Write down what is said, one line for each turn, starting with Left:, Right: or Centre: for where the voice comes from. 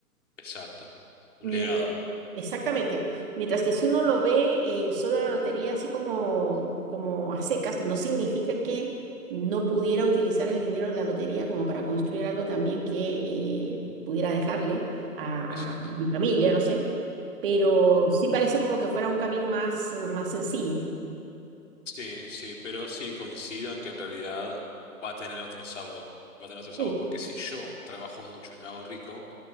Left: exacto. Un
Right: Mientras,
Left: legado.
Right: exactamente. Mientras que si uno lo ve eh, solo la lotería así como, como a secas, no significa que no pudiera utilizar el dinero de la lotería como para construir algo también que eh, pudiera dejarle a,
Left: Exacto.
Right: a- a mi familia, no sé. Pero sí parece como que fuera un camino más, más sencillo.
Left: Sí, sí, pero sí coincido en que en realidad va a tener otro sabor. Va a tener otro sabor
Right: Sí,
Left: porque si yo trabajo mucho y me hago rico,